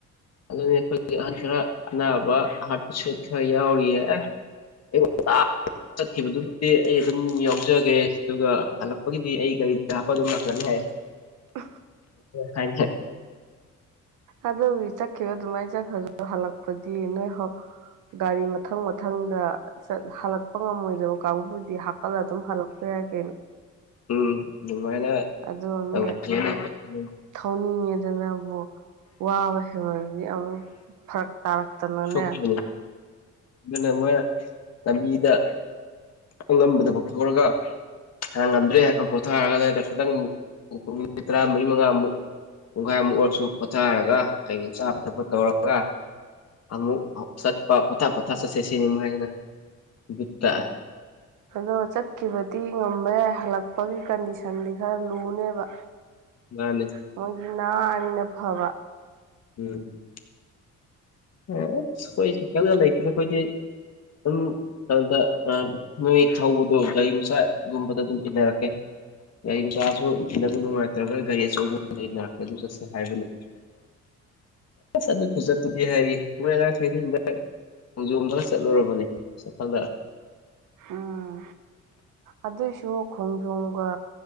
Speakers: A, on the left; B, on the right.
A: ꯑꯗꯨꯅꯤ ꯑꯩꯈꯣꯏꯒꯤ ꯑꯍꯟ ꯈꯔ ꯑꯅꯥꯕ ꯍꯥꯔꯠꯄꯁ ꯈꯔ ꯌꯥꯎꯔꯤꯌꯦ <inaudible> ꯆꯠꯈꯤꯕꯗꯨꯕꯨꯗꯤ ꯑꯩ ꯑꯗꯨꯝ ꯌꯥꯎꯖꯒꯦ ꯑꯗꯨꯒ ꯍꯜꯂꯛꯄꯒꯤꯗꯤ ꯑꯩ ꯒꯥꯔꯤ ꯌꯥꯄ ꯑꯗꯨꯝ ꯂ꯭ꯔꯅꯤꯦ
B: ꯎꯝ
A: ꯍꯥꯏ
B: ꯑꯗꯨ ꯆꯠꯈꯤꯕ ꯑꯗꯨꯃꯥꯏꯅ ꯆꯠꯈ꯭ꯔꯗ ꯍꯜꯂꯛꯄꯗꯤ ꯅꯣꯏ ꯒꯥꯔꯤ ꯃꯊꯪ ꯃꯊꯪꯗ ꯍꯜꯂꯛꯄ ꯉꯝꯃꯣꯏꯗꯕ ꯀꯥꯡꯕꯨꯗꯤ ꯍꯥꯞꯀꯠꯂ ꯑꯗꯨꯝ ꯍꯜꯂꯛꯄ ꯌꯥꯏ ꯀꯩꯅꯣ
A: ꯎꯝ ꯑꯗꯨꯃꯥꯏꯅ
B: ꯑꯗꯨꯣ
A: ꯇꯧꯁꯦꯅ
B: ꯃꯤ
A: ꯎꯝ
B: ꯊꯧꯅꯤꯡꯉꯦꯗꯅꯕꯨ ꯋꯥꯕ ꯍꯦꯕꯗꯤ ꯑꯃꯨꯛ ꯐꯔꯛ ꯇꯥꯔꯛꯇꯅꯅꯦ
A: ꯁꯣꯛꯈꯤꯅꯤ ꯑꯗꯨꯅ ꯃꯣꯏꯅ ꯂꯝꯕꯤꯗ ꯑꯂꯝꯕꯗ ꯀꯥꯎꯊꯣꯛꯔꯒ ꯉꯝꯗ꯭ꯔꯦ ꯍꯥꯏ ꯄꯣꯊꯥꯔꯒ ꯈꯤꯇꯪ ꯃꯤꯅꯤꯠ ꯇꯔꯥꯃꯔꯤ ꯃꯉꯥꯃꯨꯛ ꯄꯨꯡꯈꯥꯏꯃꯨꯛ ꯑꯣꯏꯔꯁꯨ ꯄꯣꯊꯥꯔꯒ ꯀꯩꯒ ꯆꯥꯕ ꯊꯛꯄ ꯇꯧꯔꯒ ꯑꯃꯨꯛ ꯆꯠꯄ ꯄꯊꯥ ꯄꯊ ꯆꯠ ꯁꯦꯁꯤꯅꯤꯃꯨ ꯍꯥꯏꯅ ꯠꯇ
B: ꯑꯗꯣ ꯆꯠꯈꯤꯕꯗꯤ ꯉꯝꯕ ꯌꯥꯏ ꯍꯜꯂꯛꯄꯒꯤ ꯀꯟꯗꯤꯁꯟꯗꯤ ꯈꯔ ꯂꯨꯅꯤ ꯅꯦꯕ
A: ꯃꯥꯅꯦ
B: ꯃꯣꯏꯒꯤ ꯉꯍꯥ ꯑꯅꯤꯅ ꯐꯕ
A: ꯎꯝ ꯑꯩꯈꯣꯏ ꯁꯥꯏꯀꯜꯗ ꯂꯩꯇꯅ ꯑꯩꯈꯣꯏꯗꯤ ꯑꯗꯨꯝ ꯑꯗꯨꯗ ꯅꯣꯏ ꯊꯧꯕꯗꯣ ꯒꯥꯔꯤ ꯃꯆꯥꯒꯨꯝꯕꯗ ꯑꯗꯨꯝ ꯏꯟꯅꯔꯛꯀꯦ ꯒꯥꯔꯤ ꯃꯆꯥꯁꯨ ꯅꯪ ꯅꯨꯡꯉꯥꯏꯇ꯭ꯔꯒ ꯒꯥꯔꯤ ꯑꯆꯧꯕ ꯑꯃꯗ ꯔꯛꯀꯦ ꯑꯗꯨꯝ ꯆꯠꯁꯦ ꯍꯥꯏꯕꯅꯦ ꯆ ꯈꯣꯖ ꯑꯦ ꯍꯥꯏꯌꯦ ꯃꯣꯏꯅꯔ ꯈꯩꯗ ꯍꯟꯗꯛ ꯈꯣꯡꯖꯣꯝꯗ ꯆꯠꯂꯨꯔꯕꯅꯦ ꯁꯥꯏꯐꯜꯗ
B: ꯎꯝ ꯑꯗꯨꯏꯁꯨ ꯈꯣꯡꯖꯣꯝꯒ